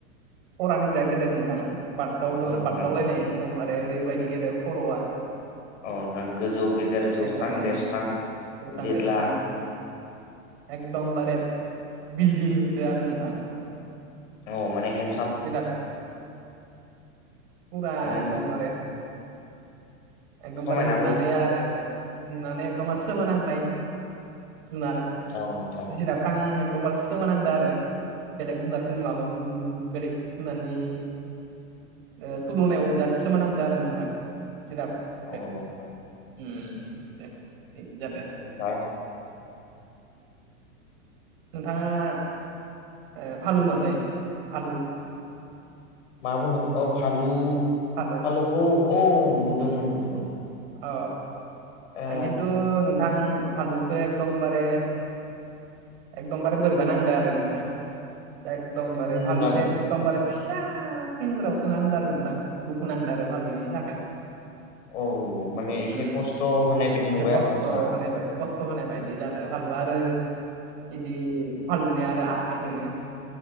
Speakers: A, on the right; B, on the left.
A: खर'आनो बिराद गेदेर नोंथां बारदाव
B: नोंथां
A: बारदावलायनाय एखदमबारे ओरैबायदि गेदेर खर'आ
B: औ नोंथां गोजौ गेदेर जौस्रां
A: एकदमबारे
B: देरस्रां
A: गेवस्रां
B: देदला
A: गेवस्रां एकदमबारे बिल्डिंसो आरो नोंथां।
B: औ माने हेन
A: बिराद फुरा
B: नंगौ
A: एदमबार
B: नोंथां
A: एकदमबारे
B: समायनाबो
A: नुनानै आरो नुनानै एखदबार सोमोनांनाय जुनार
B: औ नोंथां
A: जिराब खो आं एखदमबारे सोमोनांदा आरो बेलेग जुनारफोरनि माबा बेलग जुनारनि ओ थुलुनायाव बिराद सोमोनांदों आरो नोंथां जिराब
B: औ
A: दे
B: नंगौ
A: उम बिदि जादो।
B: <inaudible>
A: नोंथाङा ओ भालु नुङासै भालु?
B: मा बुंनो औ भालु
A: भालु
B: भालुखौ औ नुदोंमोन नुदोंमोन।
A: अ
B: ओ
A: आं खिन्थु नोंथां भालुखो एकदमबारे एकदमबारे बोरैबा नांदो आरो नोंथां। एकदमबारे
B: नुनानै
A: भालुखौ एकदमबारे फिसा फिन्जाराव सोना दोनदों नोंथां दुखु नांदो आरो भालुनि थाखाय।
B: औ माने एसे
A: उम
B: खस्थ' होनाय बायदि नुबाय
A: बे खस्थ'
B: आरो नोंथाङा
A: होनायबाय खस्थ' होनाय बायदि जादो। भालु आरो इदि भालुनिया आरो आखाय दोङो